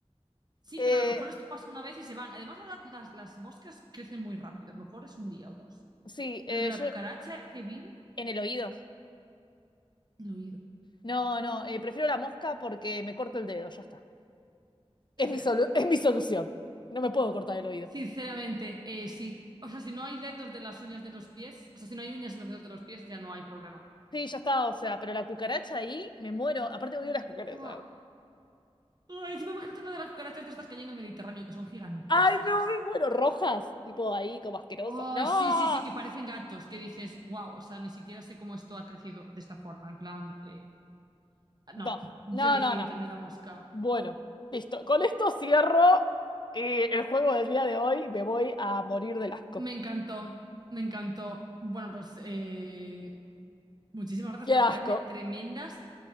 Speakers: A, on the right; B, on the left.
A: Sí,
B: Eh,
A: pero a lo mejor esto pasa una vez y se van. Además, la- las, las moscas crecen muy rápido. A lo mejor es un día o dos.
B: sí,
A: Pero
B: eh,
A: lo de la
B: yo
A: cucaracha que vive,
B: en el oído.
A: el oído.
B: No, no, eh, prefiero la mosca porque me corto el dedo, ya está.
A: Efe-
B: Es mi solu- es mi solución. No me puedo cortar el oído.
A: sinceramente, eh, sí. O sea, si no hay dedos de las uñas de los pies, o sea, si no hay uñas en los dedos de los pies, ya no hay problema.
B: Sí, ya está, o sea, pero la cucaracha ahí, me muero. Aparte odio las cucarachas.
A: Oh. Oh, encima imagínate una de las cucarachas de estas que hay en el Mediterráneo, que son gigantescas.
B: Ay, no, me muero. Rojas, tipo ahí, como asquerosa.
A: Oh,
B: No,
A: sí, sí, sí, que parecen gatos, que dices, wow, o sea, ni siquiera sé cómo esto ha crecido de esta forma. En plan, eh, no,
B: no,
A: yo
B: no,
A: elegiría
B: no, no.
A: también la mosca.
B: Bueno, listo. Con esto cierro eh, el juego del día de hoy. Me voy a morir del asco.
A: Me encantó, me encantó. Bueno, pues eh, muchísimas gracias
B: ¡Qué
A: por
B: asco!
A: traerme tremendas